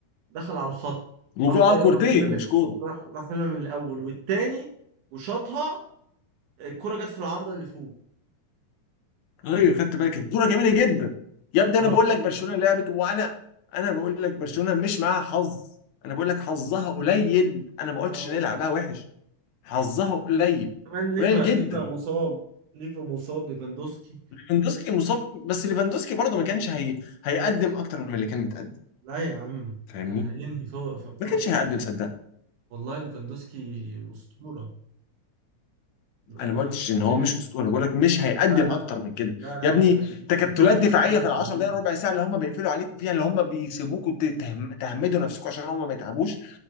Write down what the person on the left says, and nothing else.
وكورتين
مش كوره
ايوه خدت بالي كانت كوره جميله جدا يا ابني
انا بقول لك برشلونه لعبت وانا انا بقول لك برشلونه مش معاها حظ انا بقول لك حظها قليل انا ما قلتش
ان هي لعبها وحش حظها قليل
قليل جدا
ليفاندوسكي مصاب بس ليفاندوسكي برضه ما كانش هي... هيقدم اكتر من اللي كان متقدم
فاهمني
ما كانش
هيقدم صدق
انا
ما قلتش ان هو
مش اسطوري بقول لك مش هيقدم
اكتر من كده
يا ابني
تكتلات
دفاعيه
في
العشر دقائق ربع ساعه اللي هم بيقفلوا عليكم فيها اللي هم بيسيبوكوا ت- تهم- تهمدوا نفسكم عشان هم ما يتعبوش